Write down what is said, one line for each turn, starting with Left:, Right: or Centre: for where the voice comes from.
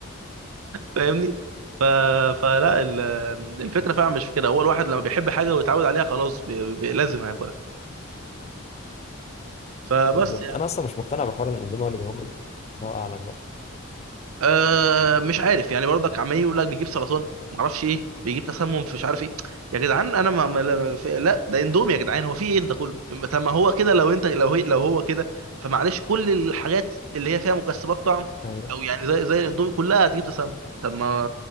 Right: فاهمني ف... فلا ال- الفكره فعلا مش في كده هو الواحد لما بيحب حاجه ويتعود عليها خلاص بي... بي... لازم هياكلها فبس
Left: بالظبط
Right: يعني
Left: انا اصلا مش مقتنع بحوار ان الاندومي هو اللي بيموت الله اعلم بقى
Right: أه مش عارف يعني برضك عمال يقول لك بيجيب سرطان معرفش ايه بيجيب تسمم في مش عارف ايه يا جدعان انا ما ما- لا في- لا، ده اندومي يا جدعان هو في ايه ده كله طب ما هو كده لو انت لو هي لو هو كده فمعلش كل الحاجات اللي هي فيها مكسبات طعم
Left: آه،
Right: او يعني زي زي الاندومي كلها هتجيب تسمم طب ما